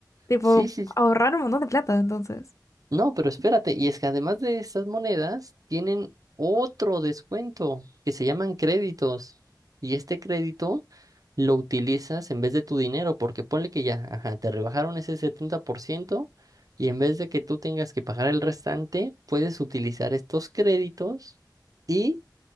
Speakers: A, on the left (about 40°); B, on the right (about 50°).
A: Tipo,
B: sí, sí,
A: ahorrar un montón de plata entonces.
B: No, pero espérate, y es que además de esas monedas, tienen otro descuento que se llaman créditos. Y este crédito lo utilizas en vez de tu dinero, porque ponle que ya, ajá, te rebajaron ese 70% y en vez de que tú tengas que pagar el restante, puedes utilizar estos créditos y